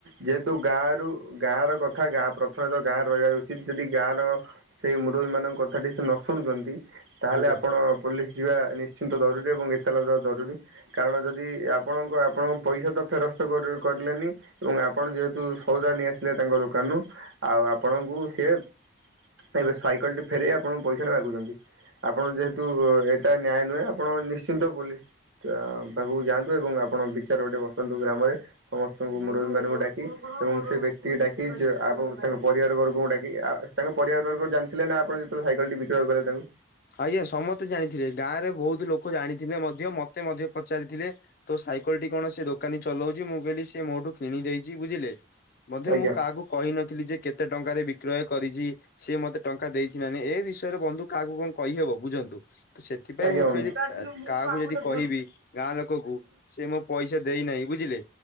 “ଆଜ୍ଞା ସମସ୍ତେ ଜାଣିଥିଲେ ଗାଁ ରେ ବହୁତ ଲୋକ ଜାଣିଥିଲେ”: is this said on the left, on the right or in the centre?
Left